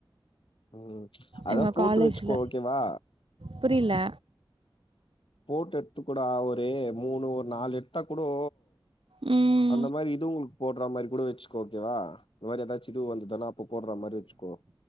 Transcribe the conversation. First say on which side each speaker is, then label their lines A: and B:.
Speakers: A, on the left (about 75°); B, on the right (about 80°).
A: ம் அதா
B: எங்க
A: போட்டுவச்சுக்கோ
B: காலேஜ்ல
A: ஓகேவா
B: புரில
A: போட்டு எடுத்து கோடா ஒரு மூணு ஒரு நாலு எட்த்தா கூடோ
B: ம்
A: அந்த மாரி இது உங்களுக்கு போடுற மாரி கூட வச்சுக்கோ ஓகேவா இந்த மாரிதாச்ச இது வந்து தனா அப்பு போடுற மாரி வச்சுகோ